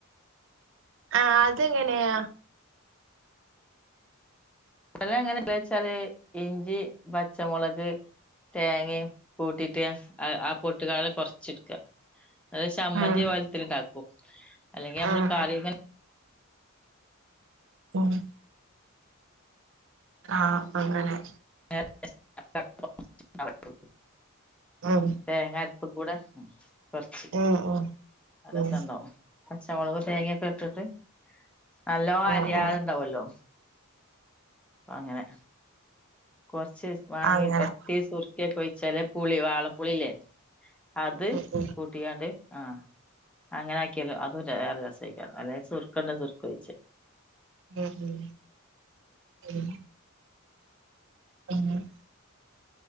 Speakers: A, on the right; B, in the centre.
A: ആഹ് അതെങ്ങനെയാ
B: അത് എങ്ങനെ വെച്ചാല് ഇഞ്ചി പച്ചമുളക് തേങ്ങയും കൂട്ടിട്ട് ആ പൊട്ടുകള് കൊറച്ചടും അത് ചമ്മന്തി
A: ഉം
B: പോലത്തിലിണ്ടാക്കും അല്ലെങ്കിൽ നമ്മള്
A: ഉം
B: കറി
A: <unintelligible> ആഹ് അങ്ങനെ
B: <unintelligible>
A: ഉം
B: തേങ്ങ അരപ്പ് കൂടെ കുറച്ച്
A: ഉം ഉം
B: രസുണ്ടാവും
A: ഉം
B: പച്ചമുളക് തേങ്ങൊക്കെ ഇട്ടിട്ട് നല്ലോ അരിയാതെണ്ടാവല്ലോ
A: ഉം ഉം
B: അപ്പ അങ്ങനെ കൊറച്ച് വേണങ്കി
A: അങ്ങനെ
B: ഒത്തി സുറുക്കിയൊക്കെ ഒഴിച്ചാലേ പുളി വാളപ്പുളില്ലേ അത്
A: ഉം ഉം
B: കൂട്ടിക്കാണ്ട് ആഹ് അങ്ങനെ ആക്കിയാലും അതും വേറെ രസമായിക്കാരം അല്ലെ സുർക്കണ്ടെ സുർക്കൊഴിച്ച്
A: ഉം ഉം ഉം <unintelligible>